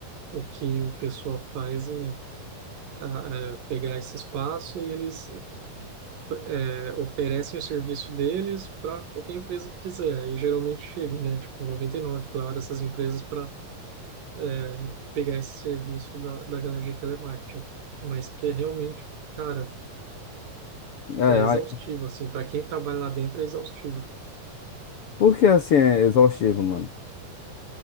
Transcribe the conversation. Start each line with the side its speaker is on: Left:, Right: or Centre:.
Right: o que o pessoal faz é, a- é pegar esse espaço e eles é, oferecem o serviço deles para qualquer empresa que quiser, e geralmente chega, né, tipo noventa e nove claro, essas empresas para é, pegar esse serviço da, da galera de telemarketing, mas que é realmente, cara,
Left: É,
Right: é exaustivo,
Left: aí-
Right: assim, para quem trabalha lá dentro é exaustivo.
Left: porque assim é exaustivo, mano.